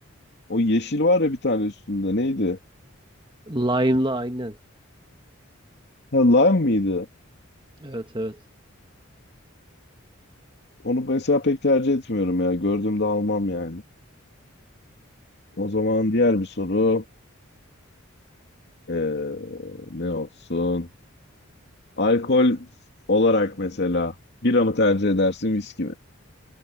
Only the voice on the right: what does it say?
Lime'lı aynen.
Evet evet.